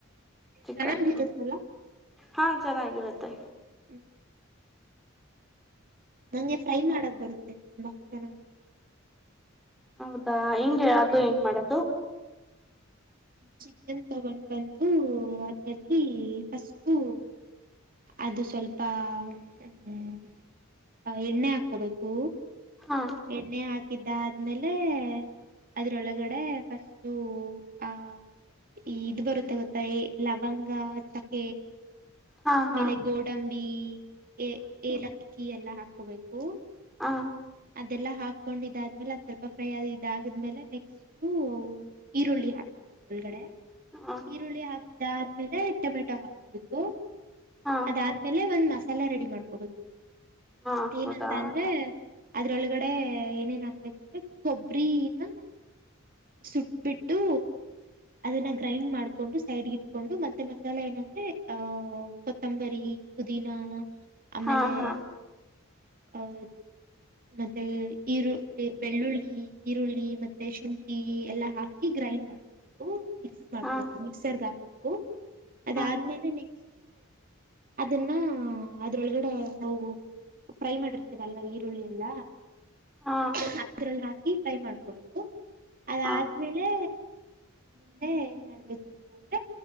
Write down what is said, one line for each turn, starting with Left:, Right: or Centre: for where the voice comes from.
Centre: ಚಿಕನ್
Right: ಚೆನ್ನಾಗಿರುತ್ತಲ್ಲ
Centre: ಹಾ ಚೆನ್ನಾಗಿರುತ್ತೆ.
Right: ಹ್ಮ ನಂಗೆ ಫ್ರೈ ಮಾಡಕ್ ಬರುತ್ತೆ ತುಂಬಾ ಚೆನ್ನಾಗಿ
Centre: ಹೌದಾ ಹಿಂಗೆ ಅದು
Right: ಹ್ಮ್
Centre: ಹೆಂಗ್ ಮಾಡೋದು.
Right: ಚಿಕನ್ ತಗೊಂಡ್ ಬಂದು ಅದ್ರಲ್ಲಿ ಫಸ್ಟು ಅದು ಸ್ವಲ್ಪ ಹ್ಮ ಆ ಎಣ್ಣೆ ಹಾಕೋಬೇಕು.
Centre: ಹಾ
Right: ಎಣ್ಣೆ ಹಾಕಿ ಆಕಿದ್ದಾದ್ಮೇಲೆ ಅದ್ರೊಳಗಡೆ ಫಸ್ಟು ಆಹ ಈ ಇದು ಬರುತ್ತೆ ಗೊತ್ತಾ ಲವಂಗ ಚಕ್ಕ
Centre: ಹಾ
Right: ಆಮೇಲೆ
Centre: ಹಾ
Right: ಗೋಡಂಬಿ ಬಿ ಎ ಎಲಕ್ಕಿ ಎಲ್ಲ ಹಾಕೋಬೇಕು.
Centre: ಹಾ
Right: ಅದೆಲ್ಲಾ ಹಾಕೊಂಡ್ ಇದಾದ್ಮೇಲೆ ಅದು ಸ್ವಲ್ಪ ಫ್ರೈ ಆದ ಇದ ಆದಾದ್ಮೇಲೆ ನೆಕ್ಸ್ಟ್ ಈರುಳ್ಳಿ ಹಾಕ್ಬೇಕು ಅದ್ರ ಒಳಗಡೆ
Centre: ಹಾ
Right: ಈರುಳ್ಳಿ ಹಾಕಿ ಇದಾದ್ಮೇಲೆ ಟೊಮೆಟೊ ಹಾಕ ಹಬೇಕು
Centre: ಹಾ
Right: ಅದಾದ್ಮೇಲೆ ಒಂದ್ ಮಾಸ ಮಸಾಲಾ ರೆಡಿ ಮಾಡ್ಕೋಬೇಕು
Centre: ಹಾ ಹೌದಾ
Right: ಏನಂತ ಅಂದ್ರೆ ಅದ್ರೊಳಗಡೆ ಏನೇನ್ ಹಾಕ್ಬೇಕಂದ್ರೆ ಕೊಬ್ಬರಿನ ಸುಟ್ಬಿಟ್ಟು ಅದನ್ನ ಗ್ರೈಂಡ್ ಮಾಡ್ಕೊಂಡು ಸೈಡ್ಗ ಇಟ್ಕೊಂಡು ಮತ್ತೆ ಮಸಾಲೆ ಏನಂದ್ರೆ ಅಹ ಕೊತ್ತಂಬರಿ ಪುದನಾ ಆಮೇಲೆ
Centre: ಹಾ ಹಾ
Right: ಅ ಮತ್ತೆ ಈರು ಬೆಳ್ಳುಳ್ಳಿ ಈರುಳ್ಳಿ ಮತ್ತೆ ಶುಂಠಿ ಎಲ್ಲಾ ಹಾಕಿ ಗ್ರೈಂಡ್ ಮಾಡ್ಕೋಬೇಕು ಮಿಕ್ಸ್ ಮಾಡ್ಕೋಬೇಕು
Centre: ಹಾ
Right: ಮಿಕ್ಸರ್ಗ ಹಕ್ ಹಕು <unintelligible> ಅದ
Centre: ಹಾ
Right: ಆದ್ಮೇಲೆ ನಿ ಅದನ್ನ ಅದ್ರೊಳಗಡೆ ನಾವು ಫ್ರೈ ಮಾಡಿರ್ತೀವಲ್ಲ ಈರುಳ್ಳಿ ಇಲ್ಲ
Centre: ಹಾ
Right: ಹ್ರ ಫ್ರೈ ಮಾಡ್ಕೋಬೇಕು ಅದಾದ್ಮೇಲೆ
Centre: ಹಾ
Right: ಮುಂದೆ ಏನ್ ಮಾಡ್ಬೇಕು ಅಂತ ಅಂದ್ರೆ